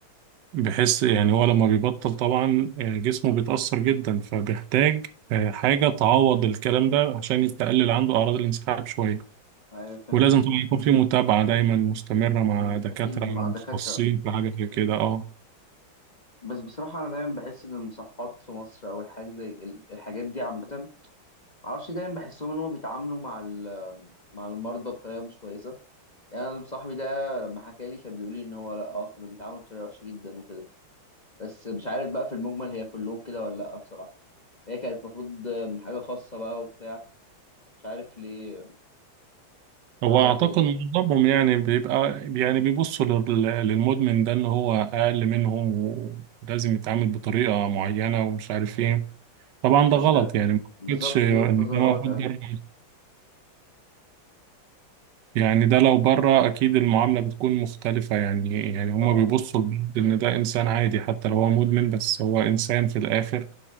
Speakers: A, on the right (about 65°); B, on the left (about 35°).
A: بحيث يعني هو لما بيبطل طبعا آه، جسمه بيتأثر جدا فبيحتاج آه، حاجة تعوض الكلام ده عشان تقلل عنده أعراض الانسحاب شوية
B: أيوة فهمت
A: ولازم طبعا يكون في متابعة دايما مستمرة مع
B: من
A: دكاترة
B: أكيد مع
A: متخصصين
B: دكاترة
A: في حاجة زي كده
B: مم.
A: اه
B: بس بصراحة أنا دايما بحس إن المصحات في مصر أو الحاجات زي ال- الحاجات دي عامة معرفش دايما بحسهم إن هما بيتعاملوا مع ال- مع المرضى بطريقة مش كويسة يعني أنا صاحبي ده لما حكى لي كان بيقول لي إن هو لأ آه كانوا بيتعاملوا بطريقة وحشة جدا وكده بس مش عارف بقى في المجمل هي كلهم كده ولا لأ بصراحة هي كانت المفروض من حاجة خاصة بقى وبتاع مش عارف ليه
A: هو
B: عملوا
A: أعتقد
B: كده
A: معظمهم يعني بيبقى يعني بيبصوا لل- للمدمن ده إن هو أقل منهم ولازم يتعامل بطريقة معينة ومش عارف إيه طبعا
B: بس
A: ده غلط
B: غ...
A: يعني ما
B: بالظبط
A: أعتقدش إن
B: دي وجهة نظر
A: ده موجود
B: غلط أوي
A: بره يعني ده لو بره أكيد المعاملة بتكون مختلفة يعني يعني هما
B: طبعا
A: بيبصوا لبعض إن ده إنسان عادي حتى لو هو مدمن بس هو إنسان في الآخر